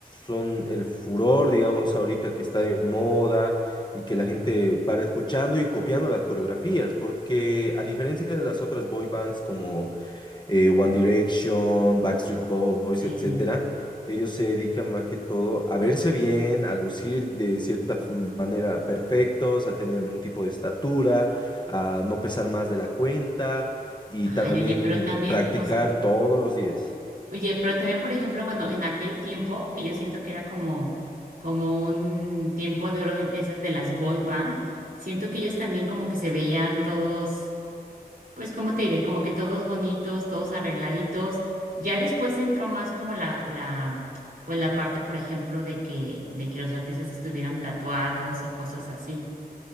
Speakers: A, on the left; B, on the right.
A: son el furor, digamos, ahorita que está de moda y que la gente para escuchando y copiando las coreografías, porque a diferencia de las otras boy bands como eh, One Direction, Backstreet Boys,
B: Sí.
A: etcétera, ellos se dedican más que todo a verse bien, a lucir de cierta manera perfectos, a tener un tipo de estatura, a no pesar más de la cuenta y
B: Ay,
A: también
B: oye, pero también,
A: practicar
B: o sea,
A: todos los días.
B: oye, pero también, por ejemplo, bueno, en aquel tiempo, que yo siento que era como, como un tiempo de oro de de esas de las boy band, siento que ellos también como que se veían todos. Pues, como te diré? Como que todos bonitos, todos arregladitos. Ya después entró más como la, la, pues la parte, por ejemplo, de que, de que los artistas estuvieran tatuados y cosas así.